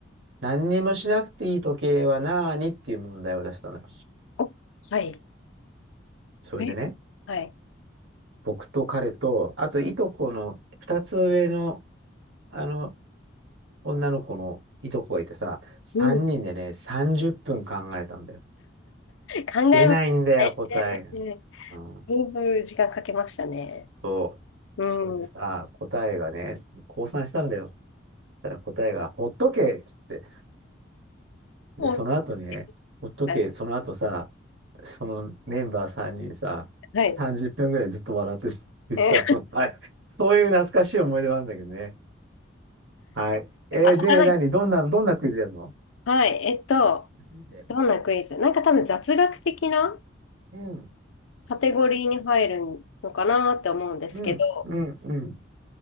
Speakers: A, on the right; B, on the left.
A: 何にもしなくていい時計は何っていう問題を出したのよ。
B: お、はい。
A: それでね、
B: え、はい。
A: 僕と彼と、あといとこの2つ上の、あの、女の子のいとこがいてさ、3人でね、
B: うん。
A: 30分考えたんだよ。
B: 考えましたね。
A: 出ないんだよ、答えが。うん、
B: だいぶ時間かけましたね。
A: そう。
B: うん。
A: それでさ、
B: も
A: 答えがね、降参したんだよ。そしたら答えが、ほっとけって言で、
B: う、
A: その後ね、ほっとけ、
B: はい。
A: その後さ、そのメンバー3人さ、
B: はい。
A: 30分ぐらいずっと笑ってたっていう、
B: え、
A: <laughs> あの、はい。そういう懐かしい思い出なんだけどね。はい。えーで、
B: 当たらない。
A: 何どんな、どんなクイズやるの
B: はい。えっと、
A: やってみて。うん、
B: どんなクイズなんか多分雑学的な
A: うん、
B: カテゴリーに入るのかなって思うんですけど、
A: うん、うん。